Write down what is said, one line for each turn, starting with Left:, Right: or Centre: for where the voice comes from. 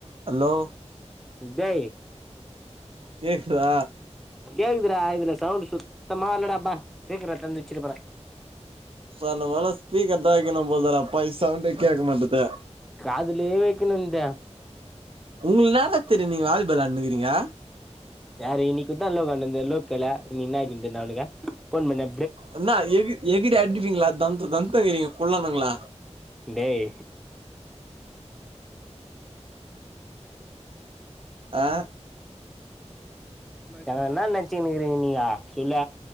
Right: hello
Centre: Uday
Right: கேக்குதா
Centre: கேக்குதுடா இதுல்ல சவுண்ட் சுத்தமா இல்லடாப்பா சீக்கர தந் இச்சிர் பர
Right: சொல்ல மல ஸ்பீக்கர்தா வெக்கினு போதல ப்பை சவுண்டே கேக்க மாட்டுது
Centre: காதுலயே வெக்கணுந்த
Right: உங்ளுக் இன்னாடா தெரியு நீங்க வாலிபால் விளானுக்றிங்க
Centre: யாரு இனிக்குந்தா எல்லா வெளானுட்ருந்தோ எலோப் கேளே நீ என்னாந்த அவுனுக்கு ஃபோன் பண்ணு
Right: என்னா எகி எகிறி அடிப்பிங்ள தம்த தம்தகிறிங்க உள்ளதுங்ளா
Centre: டேய்
Right: ஆ
Centre: என என்னா நெனைச்சுனுருக்கிங்க நீங்க சொல்ல